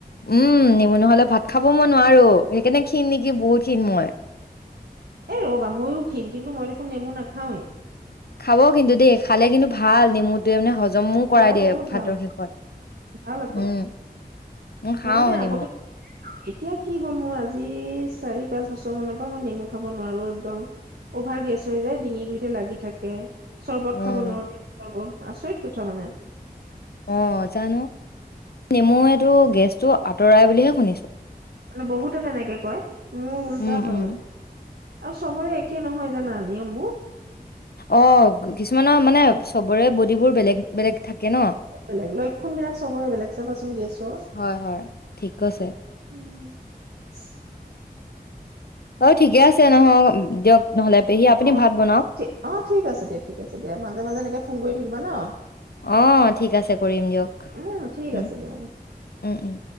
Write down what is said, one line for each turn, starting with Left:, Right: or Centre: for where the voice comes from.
Left: উম নেমু নহলে ভাত খাব মই নোৱাৰো। সেইকাৰণে ক্ষীণ নেকি? বহুত ক্ষীণ মই।
Right: এ ৰ'বা মইো ক্ষীণ। কিন্তু মই দেখোন নেমু নাখাওঁৱেই।
Left: খাব কিন্তু দেই, খালে কিন্তু ভাল নেমুটোৱে মানে জমো কৰাই
Right: পুৰা
Left: দিয়ে
Right: বহুত
Left: ভাতৰ
Right: ভাল
Left: শেষত,
Right: ভাল আকৌ
Left: উম উম খাঁও
Right: মই মানে
Left: নেমু।
Right: আগতে এতিয়া কি হ'ল, মোৰ আজি চাৰি পাঁচ বছৰ মানৰ পৰা মই নেমু খাব নোৱাৰো একদম, অভাৰ গেছ হৈ যায় ডিঙি গুৰিতে লাগি থাকে। চৰ্বত
Left: উম,
Right: খাব নোৱাৰোঁ, নেমু চৰ্বত আচৰিত কথা মানে,
Left: অ' জানো নেমুয়েতো গেছটো আঁতৰাই বুলিহে শুনিছো।
Right: মানে বহুতে তেনেকে কয়। মোৰ উল্টা
Left: উম,
Right: হয়
Left: উম।
Right: মানে, আৰু চবৰে একেই নহয় জানা নিয়মবুৰ
Left: অ' কিছুমানৰ মানে চবৰে বডিবোৰ বেলেগ বেলেগ থাকে। ন।
Right: বেলেগ লক্ষণ বিলাক চবৰে বেলেগ চাবাচোন গেছৰ,
Left: হয়, হয়। ঠিক কৈছে।
Right: উম <inaudible>
Left: অ ঠিকে আছে নহয় দিয়ক নহলে পেহী আপুনি
Right: অ
Left: ভাত বনাওক।
Right: ঠিক অ ঠিক আছে দিয়া ঠিক আছে দিয়া মাজে মাজে এনেকে ফোন কৰি থাকিবা ন,
Left: অ' ঠিক আছে। কৰিম দিয়ক,
Right: উম ঠিক
Left: উম
Right: আছে দিয়া
Left: উম উম